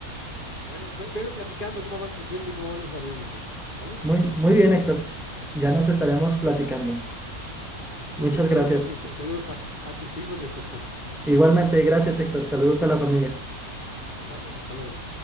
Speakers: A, on the left (about 35°); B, in the centre.
A: Bueno, ve- veme platicando cómo van creciendo y cómo van desarrollándose, ¿sale?
B: Muy, muy bien, Héctor. Ya nos estaremos platicando. Muchas
A: Gusto en saludarte,
B: gracias.
A: Cristian. Saludos a, a tus hijos y a tu esposa.
B: Igualmente, gracias, Héctor. Saludos a la familia.
A: Gracias, hasta luego.